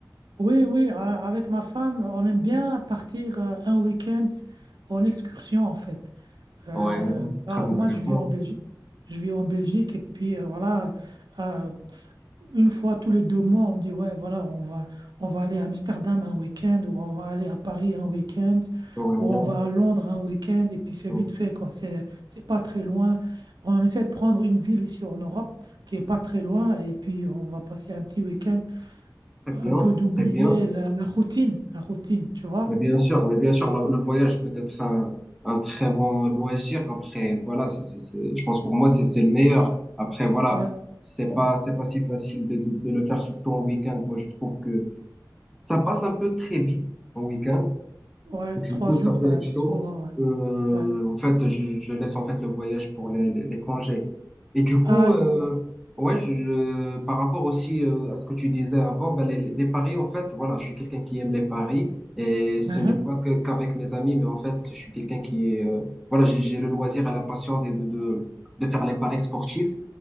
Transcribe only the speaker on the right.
Oui, oui, a- avec ma femme, on aime bien partir euh, un week-end en excursion, en fait. Euh,
là,
moi, je vis en Belgique. Je vis en Belgique et puis euh, voilà. euh, une fois tous les deux mois, on dit, ouais, voilà, on va, on va aller à Amsterdam un week-end, ou on va aller à Paris un week-end,
ou on va à Londres un week-end, et puis c'est
vite fait, quoi. C'est, c'est pas très loin. On essaie de prendre une ville ici en Europe qui est pas très loin, et puis on va passer un petit week-end,
un peu d'oublier
la, la routine, la routine, tu vois?
Ouais,
ouais,
trois
jours,
ouais,
souvent, ouais,
ouais.
Ah,
le,
Uhum.